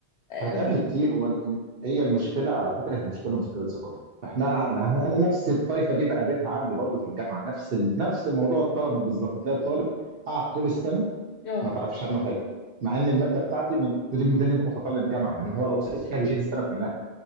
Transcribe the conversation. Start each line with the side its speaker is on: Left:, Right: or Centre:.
Right: هتقابل
Left: ما فيش
Right: كتير وال- هي المشكله على فكره هي مشكله مشكله ثقافه احنا أنا نفس الطائفه دي بقابلها عندي برضو في الجامعه نفس ال... نفس موضوع الطلبه بالظبط تلاقي الطالب قاعد طول السنه
Left: اه
Right: ما تعرفش عنه حاجه مع ان الماده بتاعتي من تدريب ميداني دي متطلب جامعه يعني هو لو سقط فيها بيشيل السنه كلها